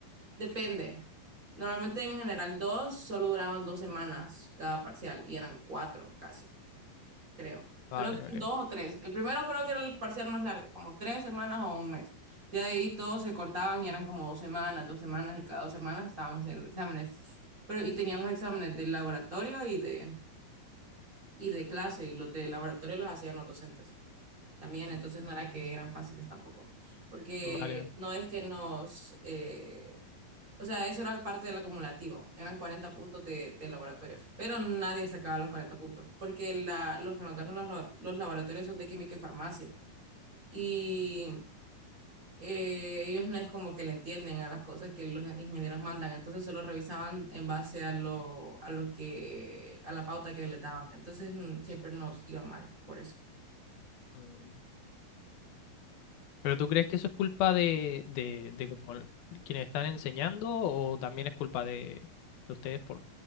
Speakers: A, on the right (about 20°); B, on the left (about 85°).
A: depende. Normalmente en general dos, solo duraban dos semanas cada parcial y eran cuatro casi, creo.
B: vale,
A: Creo que
B: vale.
A: eran dos o tres. El primero creo que era el parcial más largo, como tres semanas o un mes. Ya de ahí todos se cortaban y eran como dos semanas, dos semanas y cada dos semanas estábamos haciendo exámenes. Pero y teníamos exámenes de laboratorio y de, y de clase y los de laboratorio los hacían los docentes también, entonces
B: Mm.
A: no era que eran fáciles tampoco, porque
B: Vale.
A: no es que nos, eh, o sea, eso era parte del acumulativo, eran 40 puntos de, de laboratorio, pero nadie sacaba los 40 puntos, porque la, los que notaron los, los laboratorios son de química y farmacia, y eh, ellos no es como que le entienden a las cosas que los ingenieros mandan, entonces solo revisaban en base a lo, a lo que, a la pauta que les daban, entonces mm, siempre nos iba mal por eso.
B: Mm. ¿Pero tú crees que eso es culpa de, de, de como l- quienes están enseñando o también es culpa de, de ustedes, por,